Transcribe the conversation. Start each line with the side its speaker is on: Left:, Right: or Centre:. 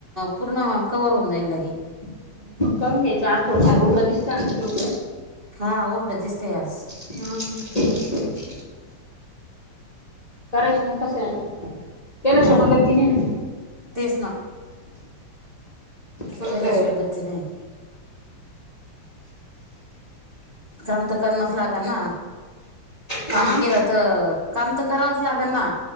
Right: पूर्ण कव्हर होऊन जाईन लगे.
Left: नाही मग करून घ्यायचं, आज थोडफार उघड दिसतय उघड.
Right: हा उघडं दिसतय आज.
Left: हा करायचं मग कसं आता, केलाशिवाय
Right: हा
Left: पण <inaudible> नाही ना.
Right: तेच ना
Left: परत
Right: केल्याशिवाय गती नाही. काम तर करणच लागल ना काम
Left: हा
Right: केलं तर काम तर करावंच लागल ना.